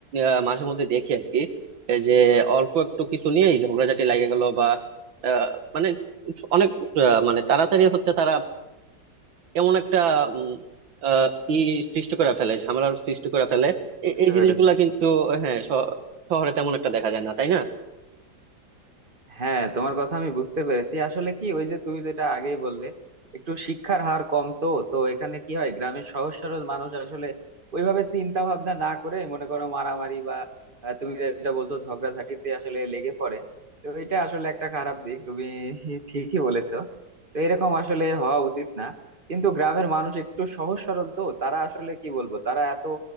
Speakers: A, on the right (about 80°); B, on the right (about 30°).
A: আহ, মাঝে মধ্যে দেখি আর কি এই যে অল্প একটু কিছু নিয়েই ঝগড়াঝাটি লাগে গেল বা আহ, মানে অনেক আহ, মানে তাড়াতাড়ি হচ্ছে তারা কেমন একটা উম, আহ, ই সৃষ্টি করে ফেলে ঝামেলার সৃষ্টি করে ফেলে
B: বুঝতে
A: এ- এই জিনিসগুলা
B: পেরেছি
A: কিন্তু হ্যাঁ শ- শহরে তেমন একটা দেখা যায় না তাই না
B: হ্যাঁ তোমার কথা আমি বুঝতে পেরেছি আসলে কি ওই যে তুমি যেটা আগেই বললে একটু শিক্ষার হার কম তো তো এখানে কি হয় গ্রামের সহজ সরল মানুষ আসলে ওইভাবে চিন্তা ভাবনা না করে মনে করো মারামারি বা আহ, তুমি যেটা বলছো ঝগড়াঝাটিতে আসলে লেগে পড়ে তো এটা আসলে একটা খারাপ দিক তুমি <laughs> ঠিকই বলেছো তো এরকম আসলে হওয়া উচিত না কিন্তু গ্রামের মানুষ একটু সহজ সরল তো তারা আসলে কি বলবো তারা এত